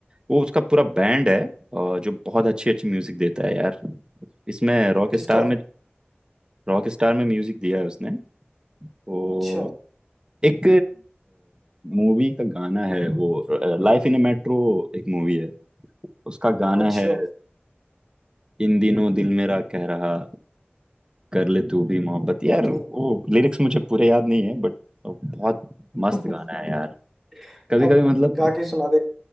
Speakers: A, on the right; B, in the centre.
A: वो उसका पूरा बैंड है और जो बहुत अच्छी अच्छी म्यूजिक देता है यार इसमें रॉक
B: किसका
A: स्टार में रॉक स्टार में म्यूजिक दिया है उसने तो
B: अच्छा
A: एक मूवी का गाना है वो लाइफ इन ए मेट्रो एक मूवी है उसका गाना
B: अच्छा
A: है इन दिनों दिल मेरा कह रहा कर ले तू भी मोहब्बत यार
B: पता नहीं
A: वो लिरिक्स मुझे पूरे याद नहीं है बट बहुत
B: <laughs>
A: मस्त गाना है यार कभी
B: अब
A: कभी मतलब
B: गा के सुना दे